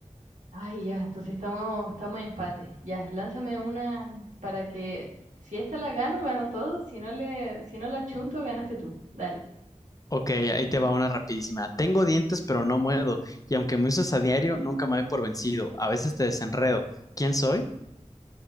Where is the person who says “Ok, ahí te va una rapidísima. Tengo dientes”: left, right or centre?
Left